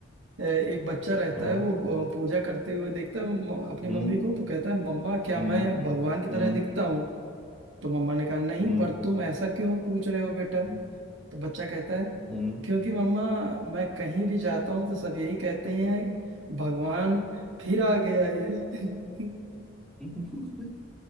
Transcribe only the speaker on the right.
अ, एक बच्चा रहता
है वो अ, पूजा करते हुए देखता है म- अपनी
मम्मी को तो कहता है मम्मा क्या
मैं भगवान की
तरह दिखता हूँ तो मम्मा ने कहा नहीं
पर तुम ऐसा क्यों पूछ रहे हो बेटा
तो बच्चा कहता है
क्योंकि मम्मा मैं कहीं भी जाता हूँ तो सब यही कहते हैं कि भगवान फिर आ गया ये <laughs>